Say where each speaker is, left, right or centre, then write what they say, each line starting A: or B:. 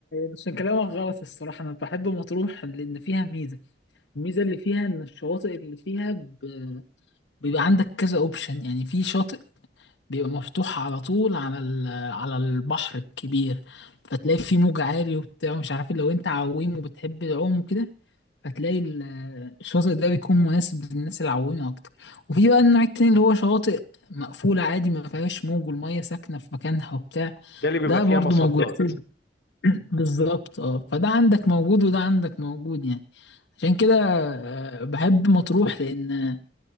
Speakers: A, on the left; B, on the left.
A: عشان كلامك غلط الصراحة انا بحب مطروح لان فيها ميزة الميزة اللي فيها ان الشواطئ اللي فيها ب... بيبقى عندك كذا اوبشن يعني في شاطئ بيبقى مفتوح على طول على ال- على البحر الكبير فتلاقي فيه موج عالي وبتاع مش عارف إيه. لو انت عويم وبتحب العوم وكده فتلاقي ال- الشاطئ ده بيكون مناسب للناس العويمة أكتر وفي بقى النوع التاني اللي هو شواطئ مقفولة عادي ما فيهاش موج والمية ساكنة في مكانها وبتاع
B: ده اللي بيبقى
A: ده
B: فيها
A: برضو
B: مصدات
A: موجود <laughs> بالظبط اه فده عندك موجود وده عندك موجود يعني عشان كده آه، بحب مطروح لأن